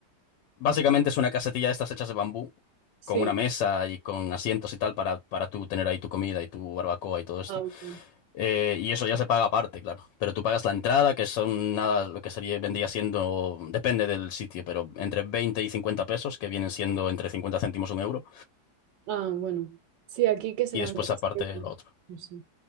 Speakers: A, on the left (about 80°); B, on the right (about 85°).
A: Básicamente es una casetilla de estas hechas de bambú,
B: Sí.
A: con una mesa y con asientos y tal para, para tú tener ahí tu comida y tu barbacoa y todo esto.
B: Ah, ok.
A: Eh, y eso ya se paga aparte, claro. Pero tú pagas la entrada, que son nada, lo que sería, vendría siendo, depende del sitio, pero entre 20 y 50 pesos, que vienen siendo entre 50 céntimos un euro,
B: Ah, bueno. Sí, aquí que serán
A: y después
B: tres.
A: aparte
B: euros.
A: lo otro.
B: No sé.